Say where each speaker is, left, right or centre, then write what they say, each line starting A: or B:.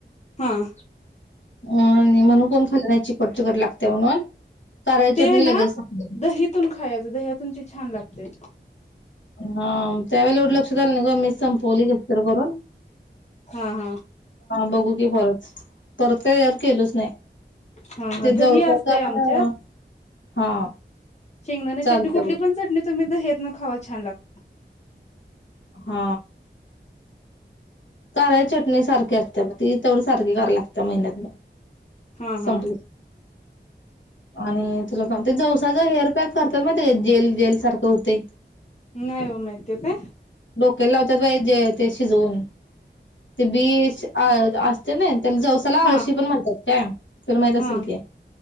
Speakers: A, on the left; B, on the left.
A: हा
B: अ म्हणून कोण खाल नाही चिकट चिकट लागते म्हणून कारळ्याची
A: ते
B: चटणी
A: ना
B: लगेच संपली
A: दहीतून खायचं धयातून ते छान लागते
B: हा त्यावेळी एवढे लक्ष झालं न ग मी संपवली कस तर करून
A: हा हा
B: बघू की परत परत यार केलच नाही
A: हा हा
B: ते
A: दही
B: जावसाच
A: असतंय
B: आपण
A: आमच्यात
B: हा
A: शेंगदाणे
B: चालतंय
A: चटणी कुठली
B: बघ
A: पण चटणी तुम्ही धायतन खावा छान लागत
B: हा कारळ य चटणी सारखी असते मग ती तेवढ सारखी करावी लागत महिन्यात
A: हा
B: संपल
A: हा
B: आणि तुला सांग ते जवसाचा हेअर पॅक करतात मग ते जेल जेल सारखं होते
A: नाही ओ माहित ते काय
B: डोक्याला लावतात बाई ते जे शिजवून ते बीच असते ना त्याला जवसाला
A: हा
B: आळशी पण म्हणतात काय तुला माहित असेल
A: हा
B: की